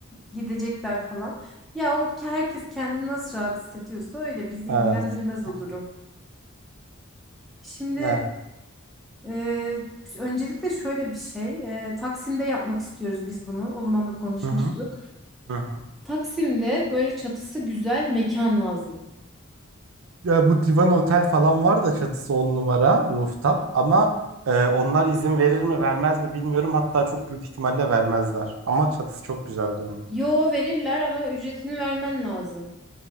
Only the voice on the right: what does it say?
Evet.
Aha.
Ne?
Hı hı. Hı hı.
Ya bu Divan Otel falan var da çatısı on numara rooftop ama e, onlar izin verir mi vermez mi bilmiyorum. Hatta çok büyük ihtimalle vermezler. Ama çatısı çok güzeldi onun.